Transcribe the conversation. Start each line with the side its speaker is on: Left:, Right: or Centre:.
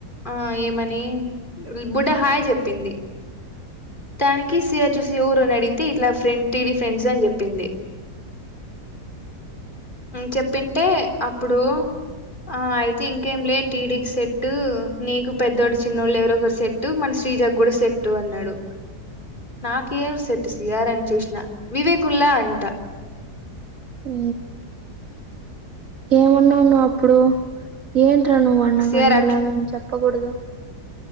Left: ఆ ఏమని బుడ్డ హాయ్ చెప్పింది తానికి సిఆర్ చూసి ఎఊరో అడిగితే ఇట్లా ఫ్రెండ్ టీడీ ఫ్రెండ్స్ అని చెప్పింది చెప్పింటే అప్పుడు ఆ అయితే ఇంకేం లే టీడీ సెట్టు నీకు పెద్దవాడు చిన్నోళ్ళు ఎవరో ఒకరు సెట్టు మన శ్రీజగ్ కూడా సెట్టు అన్నాడు నాకేం సెట్ సయారని చూసినా వివేకుల్లా అంట
Right: ఆ ఏమన్నావు నువ్వు అప్పుడు ఏంట్రా నువ్ అన్నావు
Left: సిఆర్
Right: అన్న లాగాని చెప్పకూడదు